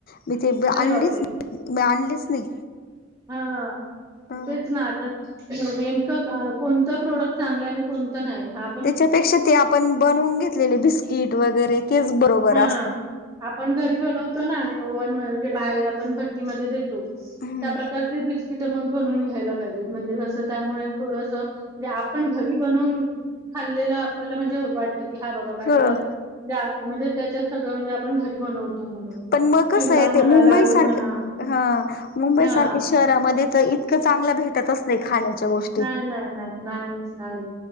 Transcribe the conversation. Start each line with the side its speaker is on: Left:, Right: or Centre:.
Left: मी ते आणलीच
Right: अरे बापरे
Left: नाही, मी आणलीच नाही.
Right: हा
Left: ह
Right: तेच ना, आता नेमकं कोणता प्रोडक्ट चांगला आहे. आणि कोणता नाही हां
Left: तेच्यापेक्षा ते आपण बनवून घेतलेले बिस्किट वगैरे, तेच बरोबर
Right: हा
Left: असतं.
Right: आपण घरी बनवतो ना, आणि ओवन म्हणजे बाहेर आपण भट्टी ट्टी मध्ये देतो.
Left: हम्म
Right: त्याप्रकारची बिस्किट मग बनवून घ्यायला पाहिजेत. म्हणजे जसं त्यामुळें थोडंसं, म्हणजे आपण घरी बनवून खाल्लेलं आपल्याला म्हणजे वाटत. की हां बाबा काहीतरी
Left: खरं
Right: आपण <unintelligible> म्हणजे त्याच्यात सगळं म्हणजे, आपण घरी बनवतो म्हणून.
Left: पण मग कसं
Right: चिवडा
Left: आहे
Right: म्हणा,
Left: ते मुंबई
Right: लाडू
Left: सारखे
Right: म्हणा.
Left: हा मुंबई
Right: हा
Left: सारख्या शहरांमध्ये तर, इतकं चांगलं भेटत असं. ते खाण्याच्या गोष्टी.
Right: नाही.. नाही.. नाही.. नाहीच नाही